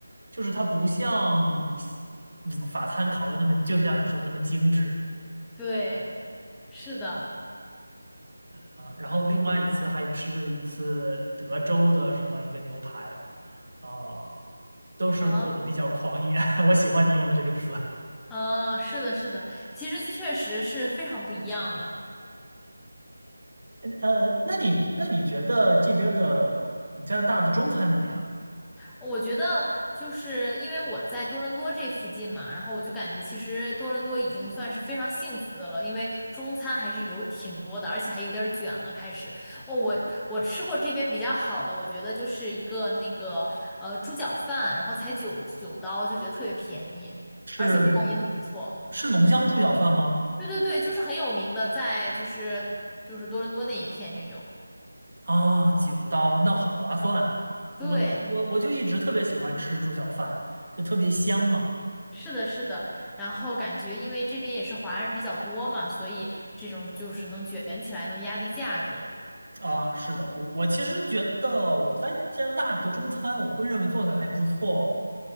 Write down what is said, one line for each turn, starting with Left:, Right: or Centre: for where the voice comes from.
Right: 就是它不像嗯法餐烤的那么，就像你说那么精致。
Centre: 对，是的，
Right: 啊，然后另外一次还吃了一次德州的什么一个牛排，啊，都是做的比较狂野，
Centre: 啊。
Right: <laughs> 我喜欢你用的这个词。
Centre: 嗯，是的，是的，其实确实是非常不一样的。
Right: 呃，那你那你觉得这边儿的加拿大的中餐怎么样？
Centre: 我觉得就是因为我在多伦多这附近嘛，然后我就感觉其实多伦多已经算是非常幸福的了，因为中餐还是有挺多的，而且还有点儿卷了。开始，哦，我我吃过这边比较好的，我觉得就是一个那个呃猪脚饭，然后才九九刀，就觉得特别便宜，
Right: 是
Centre: 而且味道也很不错。
Right: 是浓香猪脚饭吗？
Centre: 对对对，就是很有名的，在就是就是多伦多那一片就有。
Right: 啊，九刀，那好划算啊！我都我我就一直特别喜欢吃猪脚饭，
Centre: 对。
Right: 就特别香嘛。
Centre: 是的，是的，然后感觉因为这边也是华人比较多嘛，所以这种就是能卷起来，能压低价格。
Right: 啊，是的，我我其实觉得我在加拿大的中餐，我会认为做的还不错。